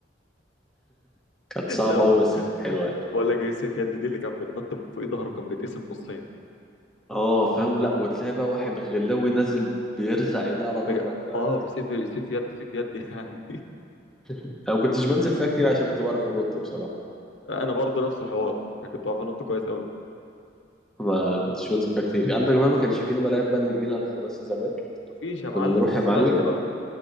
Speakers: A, in the centre; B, on the left.
A: كانت صعبه
B: لا
A: قوي بس كانت حلوه يعني
B: بقول لك ايه سيف يد دي اللي كان بيتنط من فوق ظهره كان بيتقسم نصين
A: اه فاهم لا وتلاقي بقى واحد غلاوي نازل بيرزع ايديه على ظهرك
B: بج...
A: فاهم
B: اه بسيف سيف يد سيف يد <laughs> يعني
A: انا ما كنتش بنزل فيها كتير عشان كنت بعرف انط بصراحه
B: انا برضه نفس الحوار انا كنت بعرف انط كويس قوي
A: ما كنتش بنزل فيها كتير عندك بقى ما كانش فيه الملاعب بقى النجيله الخماسي زمان
B: مفيش يا معلم
A: كنا نروح
B: اسفلت
A: يا معلم
B: بقى